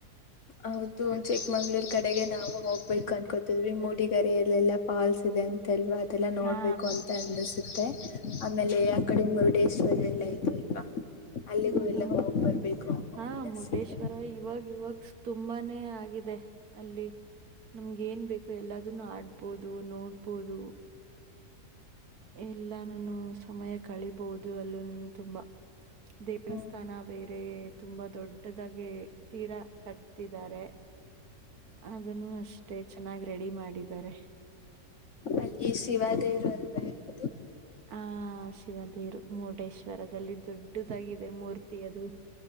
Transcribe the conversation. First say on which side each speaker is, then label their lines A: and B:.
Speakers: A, on the left (about 50°); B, on the right (about 65°).
A: ಹೌದು ಚಿಕ್ಕಮಂಗ್ಳೂರ್ ಕಡೆಗೆ ನಾವು ಹೋಗ್ಬೇಕು ಅನ್ಕೋತಿದ್ವಿ ಮೂಡಿಗರೆಯಲ್ಲೆಲ್ಲಾ ಫಾಲ್ಸ್ ಇದವಿ. ಧ್ಯೇತಲ್ವ. ಲ್ಲ ನೋಡ್ಬೇಕು
B: ಹಾ
A: ಅಂತ ಅನ್ನಿಸುತ್ತೆ ಆಮೇಲೆ ಆ ಮುರುಡೇಶ್ವರ ಎಲ್ಲ ಇಐತ ಅಲ್ವಾ. ಅಲ್ಲಿಗೂ
B: ಹ್ಮ ಹ್ಮ್
A: ಎಲ್ಲ ಹೋಗ್ ಬರ್ಬೇಕು ಅಂತ
B: ಹ
A: ಅನ್ನಿಸ್ತಿದೆ
B: ಮುಡೇಶ್ವರ ಇವಾಗ ಇವಾಗ. ತುಂಬಾನೇ ಆಗಿದೆ ಅಲ್ಲಿ ನಮ್ಗೆ ಏನ್ ಬೇಕು. ಎಲ್ಲಾದನ್ನು ಆಡ್ಬೋದು ನೋಡ್ಬೋದು. ಎಲ್ಲ ನಾನು ಸಮಯ ಕಳಿಬಹುದು ಅಲ್ಲೂ ನಾನ ತುಂಬಾ. ದೇವಸ್ಥಾನ
A: ಹ್ಮ್ ಹ್ಮ್
B: ಬೇರೆ ತುಂಬಾ ದೊಡ್ಡದಾಗಿ ತೀರಾ ಕಟ್ಟತಿದ್ದಾರೆ. ಅದನ್ನು ಅಷ್ಟೇ ಚೆನ್ನಾಗಿ ರೆಡಿ ಮಾಡಿದ್ದಾರೆ.
A: ಅಲ್ಲಿ ಶಿವಾದೇವರು ಅಲ್ವಾ ಇರುವುದು.
B: ಹಾ ಶಿವದೇರು. ಮುರುಡೇಶ್ವರದಲ್ಲಿ ದೊಡ್ಡದಾಗಿದೆ ಮೂರ್ತಿ ಅದು